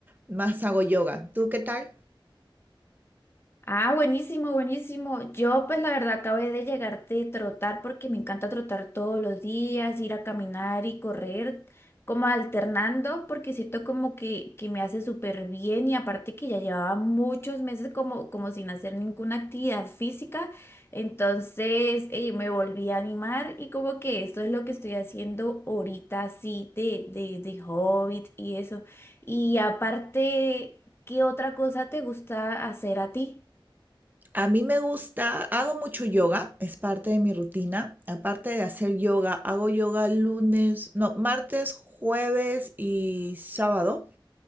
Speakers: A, on the right; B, on the left.
A: más hago yoga. ¿Tú qué tal?
B: Ah, buenísimo, buenísimo. Yo pues la verdad acabé de llegar de trotar porque me encanta trotar todos los días, ir a caminar y correr, como alternando, porque siento como que, que me hace súper bien y aparte que ya llevaba muchos meses como, como sin hacer ninguna actividad física, entonces eh, me volví a animar y como que esto es lo que estoy haciendo ahorita así de, de, de Hobbit y eso. Y aparte, ¿qué otra cosa te gusta hacer a ti?
A: A mí me gusta, hago mucho yoga, es parte de mi rutina. Aparte de hacer yoga, hago yoga lunes, no, martes, jueves y sábado.